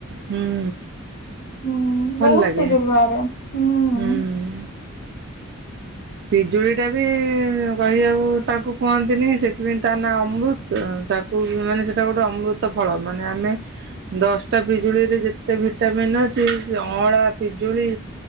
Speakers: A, on the right (about 50°); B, on the left (about 50°).
A: ହୁଁ
B: ହୁଁ
A: ଭଲ
B: ବହୁତ୍
A: ଲାଗେ
B: ପିଜୁଳି ବାହାରେ ହୁଁ।
A: ହୁଁ। ପିଜୁଳିଟା ବି କହିବାକୁ ତାକୁ କୁହନ୍ତିନି ସେଥିପାଇଁ ତା ନାଁ ଅମୃତ ତା କୁ ବି ମାନେ ସେଟା ଗୋଟେ ଅମୃତ ଫଳ ମାନେ ଆମେ ଦଶଟା ପିଜୁଳିରେ ଯେତେ ଭିଟାମିନ୍ ଅଛି ସେ ଅଁଳା, ପିଜୁଳି